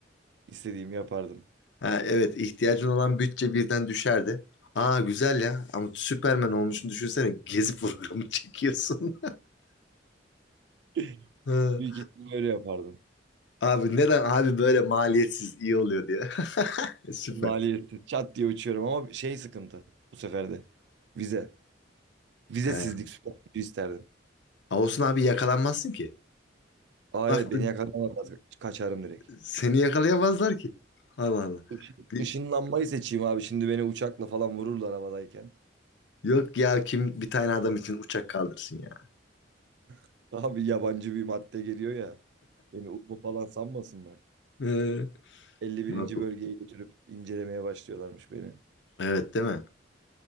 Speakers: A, on the right (about 65°); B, on the left (about 70°).
A: istediğimi yapardım.
B: Ha evet ihtiyacın olan bütçe birden düşerdi. Aa güzel ya ama Süperman olmuşsun düşünsene gezi programı <laughs> çekiyorsun.
A: <laughs>
B: Hı.
A: Büyük ihtimalle öyle yapardım.
B: Abi neden abi böyle maliyetsiz iyi oluyor diye. <laughs> E, Süper.
A: Maliyetsiz. Çat diye uçuyorum ama şey sıkıntı bu sefer de. Vize. Vizesizlik
B: He.
A: süper gücü isterdim.
B: Ağustos abi yakalanmazsın ki.
A: Aa
B: Baktın
A: evet beni yakalamazlar. Kaçarım direkt.
B: seni yakalayamazlar ki. Allah Allah.
A: Işın,
B: Bir-
A: ışınlanmayı seçeyim abi. Şimdi beni uçakla falan vururlar havadayken.
B: yok ya kim bir tane adam için uçak kaldırsın ya.
A: <laughs> Abi yabancı bir madde geliyor ya. Beni UFO falan sanmasınlar.
B: Ee,
A: Elli birinci
B: Murat-
A: bölgeye götürüp incelemeye başlıyorlarmış beni.
B: Evet değil mi?